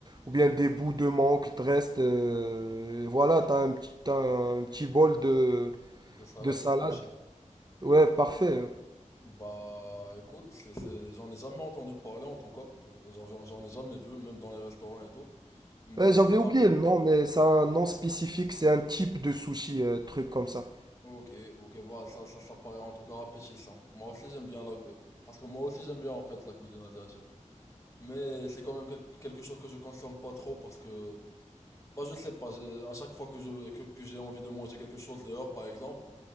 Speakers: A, on the right; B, on the left.
A: ou bien des bouts de mangue qui te restent. euh, voilà, tu as un petit, t'as un petit bol de,
B: de salade
A: de salade.
B: de sushi.
A: Ouais, parfait.
B: Bah écoute, c'est, c'est- j'en ai jamais entendu parler en tout cas. Euh, J'en j'en- j'en ai jamais vu, même dans les restaurants et tout. Mais
A: Ouais, j'avais
B: ça
A: oublié
B: paraît.
A: le nom, mais c'est un nom spécifique, c'est un type de sushi, euh, truc comme ça.
B: Ok, ok, bah ça, ça, ça paraît en tout cas appétissant. Moi aussi j'aime bien la... euh, Parce que moi aussi j'aime bien en fait la cuisine asiatique. Mais c'est quand même quel- quelque chose que je consomme pas trop parce que... Bah je sais pas, j'ai- à chaque fois que je, que, que j'ai envie de manger quelque chose dehors par exemple,